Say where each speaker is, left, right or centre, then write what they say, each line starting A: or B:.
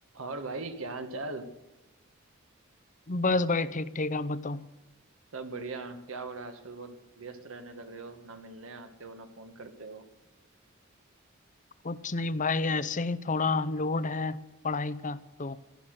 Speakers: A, on the right; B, on the left.
A: और भाई क्या हाल चाल
B: बस भाई ठीक ठीक आप बताओ
A: सब बढ़िया क्या हो रहा है आजकल बहुत व्यस्त रहने लग रहे हो ना मिलने आते हो ना फोन करते हो
B: कुछ नहीं भाई ऐसे ही थोड़ा लोड है पढ़ाई का तो